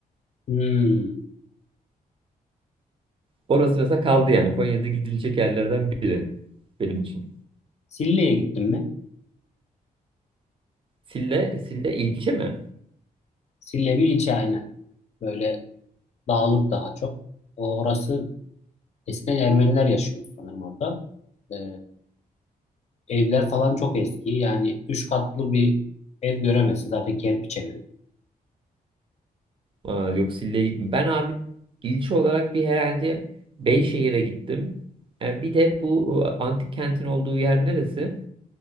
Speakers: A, on the left (about 50°); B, on the right (about 35°).
A: Hmm.
B: Orası mesela kaldı yani. Konya'da gidilecek yerlerden biri benim için.
A: Sille'ye gittin mi?
B: Sille, Sille ilçe mi?
A: Sille bir ilçe aynen. Böyle dağlık daha çok. O orası eskiden Ermeniler yaşıyormuş sanırım orada. Ee, evler falan çok eski. Yani üç katlı bir ev göremezsin. Zaten kerpiç evi.
B: Aa, yok Sille'ye gittim. Ben abi ilçe olarak bir herhalde Beyşehir'e gittim. E, bir de bu e, antik kentin olduğu yer neresi?